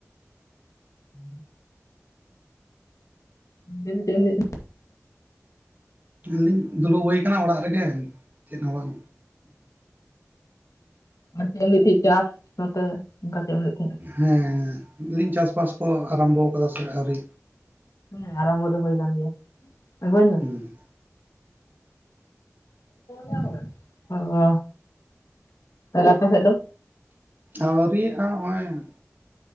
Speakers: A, on the left; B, on the right.
A: ᱦᱩᱸ᱾ ᱞᱟᱹᱭ ᱢᱮ ᱪᱮᱫ ᱮᱢ ᱞᱟᱹᱭᱮᱫ ᱛᱟᱸᱦᱮ,
B: ᱞᱟᱹᱭ ᱫᱤᱧ ᱫᱩᱲᱩᱵ ᱦᱩᱭ ᱠᱟᱱᱟ ᱚᱲᱟᱜ ᱨᱮᱜᱮ ᱪᱮᱫ ᱦᱚᱸ ᱵᱟᱝ
A: ᱟᱨ ᱪᱮᱫ ᱮᱢ ᱞᱟᱹᱭᱮᱫ ᱛᱟᱸᱦᱮᱸ ᱪᱟᱥ ᱱᱚᱛᱮ ᱚᱱᱠᱟ ᱪᱮᱫ ᱮᱢ ᱞᱟᱹᱭᱮᱫ ᱛᱟᱸᱦᱮᱸᱫ-ᱟ
B: ᱦᱮᱸ ᱞᱟᱹᱭ ᱫᱤᱧ ᱪᱟᱥᱵᱟᱥ ᱠᱚ ᱟᱨᱟᱢᱵᱚ ᱟᱠᱟᱫᱟ ᱥᱮ ᱟᱹᱣᱨᱤ
A: ᱦᱮᱸ ᱟᱨᱟᱢᱵ ᱫᱚ ᱦᱩᱭ ᱠᱟᱱ ᱜᱮᱭᱟ ᱟᱹᱜᱩ ᱤᱧ ᱢᱮ,
B: ᱦᱩᱸ
A: <inaudible> ᱟᱸ ᱟᱨ ᱟᱯᱮ ᱥᱮᱫ ᱫᱚ,
B: ᱟᱹᱣᱨᱤᱭᱟ ᱟ ᱱᱚᱜ-ᱚᱭ